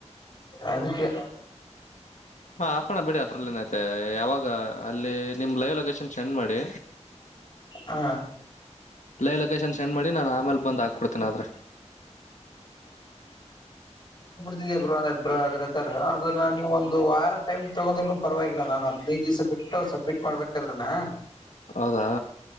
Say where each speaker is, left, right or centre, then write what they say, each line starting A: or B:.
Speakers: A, on the left; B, on the left.
A: ಅದಕ್ಕೆ
B: ಹಾ ಹಾಕೋಣ ಬಿಡಿ ಅತ್ರಲ್ಲಿ ಏನಐತೆ ಯಾವಾಗ ಅಲ್ಲಿ ನಿಮ್ ಲೈವ್ ಲೊಕೇಶನ್ ಸೆ್ ಮಾಡಿ
A: ಹ
B: ಲೈವ್ ಲೊಕೇಶನ್ ಸೆ್ ಮಾಡಿ ನಾನು ಆಮೇಲೆ ಬಂದ್ ಹಾಕ್ಕೊಡ್ತೇನೆ ಆದ್ರೆ
A: ಒಬ್್ರ ಅದ್ರ ತರ ಅದನ್ನ ನೀವು ಒ ದು ವಾರ ಟೈಮ್ ತಗೊಂಡ್ ಪರವಾಗಿಲ್ಲ ನಾನ ಹದಿನೈ ದಿವಸ ಬಿಟ್ಟ ಸಬ್ಮಿಟ್ ಮಾಡ್ಬೇಕಾದ್ರನಾ
B: ಹೌದಾ